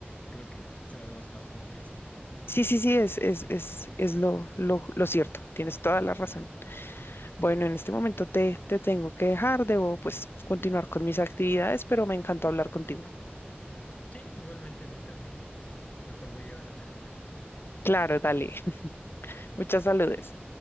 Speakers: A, on the left (about 35°); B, on the left (about 70°).
A: creo que sabemos más cómo piensa, ¿no?
B: Sí, sí, sí, es, es, es, es lo, lo, lo cierto, tienes toda la razón. Bueno, en este momento te, te tengo que dejar, debo pues continuar con mis actividades, pero me encantó hablar contigo.
A: Sí, igualmente a mí también, justo mejor voy a ver a mi amiga.
B: Claro, dale. <laughs> Muchas saludes.